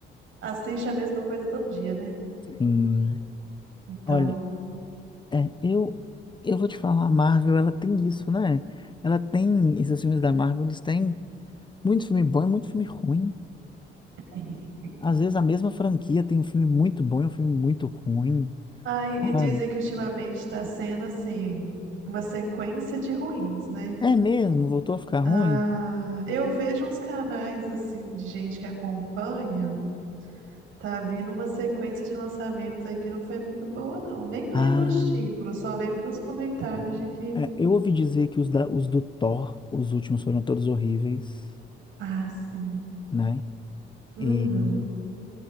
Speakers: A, on the right (about 80°); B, on the left (about 25°).
A: assiste a mesma coisa todo dia, né?
B: sim.
A: Então.
B: Olha, é, eu, eu vou te falar, a Marvel, ela tem isso, né? Ela tem, esses filmes da Marvel, eles têm Muito filme bom e muito filme ruim.
A: <laughs>
B: Às vezes a mesma franquia tem um filme muito bom e um filme muito ruim,
A: Ai, e
B: sabe?
A: dizem que ultimamente está sendo assim, uma sequência de ruins, né?
B: É mesmo? Voltou a ficar ruim?
A: Ah, eu vejo uns canais assim de gente que acompanha, tá vindo uma sequência de lançamentos aí que não foi muito boa, não. Nem lembro
B: Ah,
A: os títulos, só lembro dos comentários de que.
B: é, eu ouvi dizer que os, da- os do Thor, os últimos foram todos horríveis,
A: Ah, sim.
B: né?
A: Uhum.
B: E